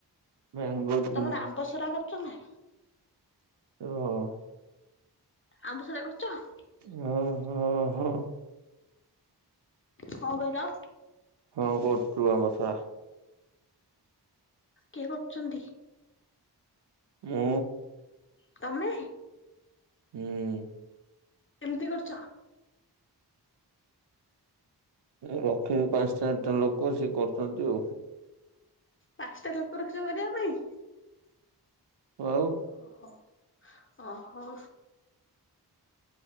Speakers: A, on the right; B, on the left.
A: ମ୍ୟାଙ୍ଗୋ ଟ୍ରି
B: ତମର ଆମ୍ ଦଶରା କରୁଚ ନା?
A: ଏ ଅ
B: ଆମ୍ବସୋରା କରିଚ ନାଁ?
A: ହଁ। ହଁ ହଁ
B: କଣ କହିଲ?
A: ହଁ କହୁତୁରୁୁ ଆମ୍ବ ସୋଆ
B: କିଏ କରୁଚନ୍ତି?
A: ମୁଁ।
B: ତମେ
A: ହୁଁ।
B: କେମିତି କରୁଚ?
A: ରଖିଚୁ ପାଞ୍ଚ ଚାରିଟା ଲୋକ ସିଏ କରୁଚନ୍ତି ଆଉ।
B: ପାଞ୍ଚଟା ଲୋକ ରଚ କରିବା ପାଇଁ।
A: ଆଉ।
B: ଓହୋ ଓହୋ।